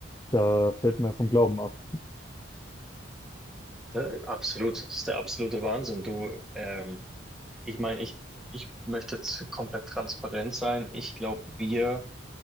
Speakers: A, on the left (about 15°); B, in the centre.
A: da fällt mir vom Glauben ab.
B: Da, absolut, das ist der absolute Wahnsinn. Du, ähm, ich meine, ich, ich möchte jetzt komplett transparent sein. Ich glaube, wir